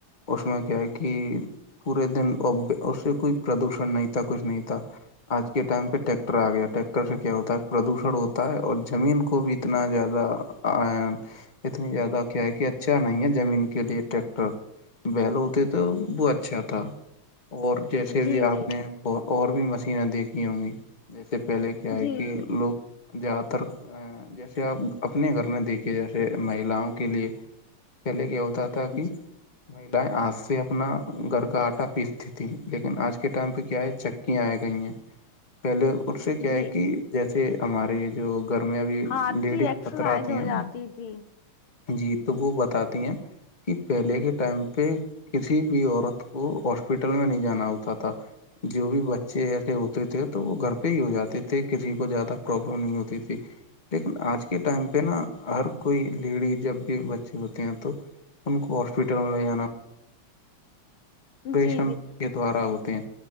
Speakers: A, on the left; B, on the left.
A: اس میں کیا ہے کہ پورے دن اس سے کوئی پردوشن نہیں تھا کچھ نہیں تھا آج کے ٹائم پہ ٹیکٹر آ گیا ٹیکٹر سے کیا ہوتا ہے پردوشن ہوتا ہے اور زمین کو بھی اتنا زیادہ اتنی زیادہ کیا ہے کہ اچھا نہیں ہے زمین کے لیے ٹریکٹر بیل ہوتے تھے وہ اچھا تھا اور جیسے
B: جی
A: بھی
B: جی
A: آپ نے اور بھی مشینیں دیکھی ہوں گی جیسے پہلے کیا ہے
B: جی
A: کہ
B: جی
A: لوگ زیادہ تر جیسے آپ اپنے گھر میں دیکھیے جیسے مہیلاؤوں کے لیے پہلے کیا ہوتا تھا کہ
B: جی
A: مہیلائیں آج سے اپنا گھر کا آٹا پیستتی تھیں لیکن آج کے ٹائم پہ کیا ہے چکیاں آئے گئی ہیں ج پہلے اس سے کیا
B: جی
A: ہے کہ جیسے ہمارے جو گھر میں ابھی
B: ہاتھ
A: لیڈیز
B: کی ایکسرسائز
A: بترا ہیں
B: ہو
A: نا
B: جاتی تھی
A: جی تو وہ بتاتی ہیں کہ پہلے کے ٹائم پہ کسی بھی عورت کو ہاسپٹل میں نہیں جانا ہوتا تھا جو بھی بچے ایسے ہوتے تھے تو وہ گھر پہ ہی ہو جاتے تھے کسی کو زیادہ پرابلم نہیں ہوتی تھی لیکن آج کے ٹائم پہ نا ہر کوئی لیڈی جب بھی بچے ہوتے ہیں تو ان کو ہاسپٹل لے جانا پریشن
B: جی جی
A: کے دوارا ہوتے ہیں